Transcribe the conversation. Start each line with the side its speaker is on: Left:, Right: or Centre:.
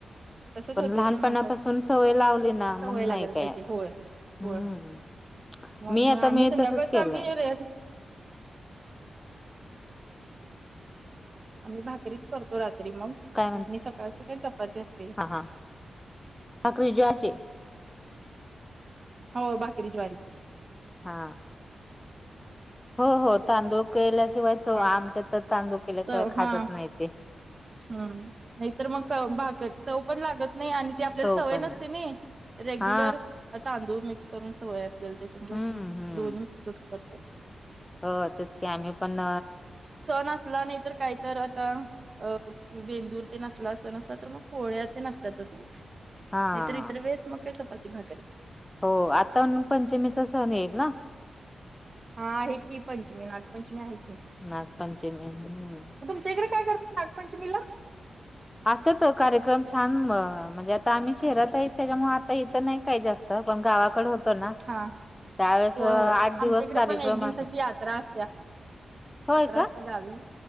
Right: तसच
Left: पण
Right: होत
Left: लहानपणापासून
Right: ना म्हणंत
Left: सवय लावली ना
Right: सवय
Left: मग
Right: लागाल
Left: नाही काय
Right: पाहिजे होय. हो
Left: हम्म
Right: मग
Left: मी आता
Right: मग आम्ही
Left: मी
Right: संध्याकाळच
Left: तसच केलंय
Right: आम्ही र. आम्ही भाकरीच करतो रात्री मग
Left: काय म्हणत?
Right: आणि सकाळच काही चपाती असते.
Left: हा हा बाकीचे
Right: हो भाकरीच्या ज्वारी रीची
Left: हा हो हो तांदूळ केल्याशिवाय च
Right: हा.
Left: आमच्या तांदूळ केल्याशिवाय
Right: च-
Left: खातच
Right: हा
Left: नाही ते
Right: हम्म नाहीतर मग भाकर चव पण लागत नाही आणि ती आपल्याला
Left: चव
Right: सवय
Left: पण
Right: नसते ना. रेग्युलर
Left: हा
Right: तांदूळ मिक्स करून सवय आपल्याला त्याच्या
Left: हम्म हम्म
Right: दोन्ही मिक्सच करत.
Left: हो तेच की आम्ही पण
Right: सण असला नाहीतर काहीत आता अ बेंदूर ते नसला असं नसला तर मग पोळ्या ते नसतातच.
Left: हा
Right: नाही तर इतर वेळेस मगक चपाती भागच.
Left: हो आता पंचमीचा सण येईल ना.
Right: हा आहे की पंचमी नागपंचमी आहे की
Left: नागपंचमी हम्म.
Right: तुमच्याकडे काय करतात नागपंचमी पंचमीला.
Left: असत तो कार्यक्रम छान म्हणजे आता आम्ही शहरात आहे त्याच्यामुळे आता येतं नाही काय जास्त पण गावाकडे होतो ना.
Right: हा
Left: त्यावेेळेस
Right: हो होय
Left: आठ दिवस
Right: आमच्याकडे
Left: कार्यक्रम
Right: पण एक दिवसाची
Left: अस
Right: यात्रा असत्या.
Left: होय
Right: सातरास
Left: का
Right: त झााली